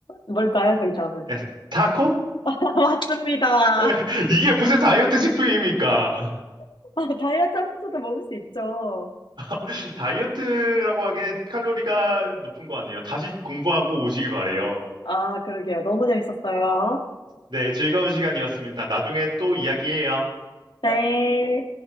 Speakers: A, on the left; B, on the right.
A: 뭘까요, 정답은?
B: 에, 타코?
A: <laughs> 맞습니다.
B: <laughs> 이게 무슨 다이어트 식품입니까?
A: <laughs> 다이어트 하면서도 먹을 수 있죠.
B: <laughs> 다이어트라고 하기엔 칼로리가 높은 거 아니에요. 다시 공부하고 오시길 바래요.
A: 아, 그러게요. 너무 재밌었어요.
B: 네, 즐거운 시간이었습니다. 나중에 또 이야기해요.
A: 네.